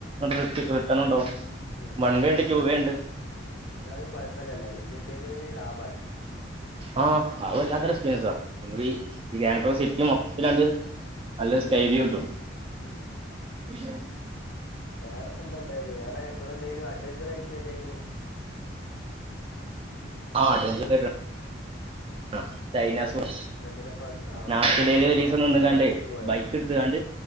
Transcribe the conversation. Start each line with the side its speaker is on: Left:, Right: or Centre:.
Right: <unintelligible> റിട്ടണോണ്ടാവും
Left: ഉം
Right: വൺ വേ ഉണ്ട് ടു വേ ഉണ്ട്
Left: ഉം എന്നാലും കൊഴപ്പല്ലല്ലേ ഇരുന്നൂറ്റി അയ്മ്പതിന് ലാഭല്ലേ
Right: ആഹ് അത് വല്ലാത്തൊരു എക്സ്പീരിയൻസാ നമ്മളീ ഈ ഗ്യാങ്‌ടോങ് സിറ്റി മൊത്തത്തിലണ്ട് നല്ലോരു സ്‌കൈ വ്യൂ കിട്ടും
Left: ഉം
Right: പഷ <unintelligible>
Left: വേറെപ്പ എന്താ ഉണ്ടായത് വേറെ ഇങ്ങള് എന്തെങ്കിലും അഡ്വഞ്ചർ ആയിട്ട് എന്തെങ്കിലും
Right: ആഹ് അഡ്വെഞ്ചർ <unintelligible> ആഹ് <unintelligible>
Left: അതിലപ്പ ആ
Right: നാട്ടിലൽ
Left: ആ ആ
Right: ഒരു
Left: ആ
Right: ദിവസം നിന്ന് കാണ്ട്
Left: വണ്ടിയേറ്റ് പോയോ
Right: ബൈക്ക് എടുത്ത കാണ്ട്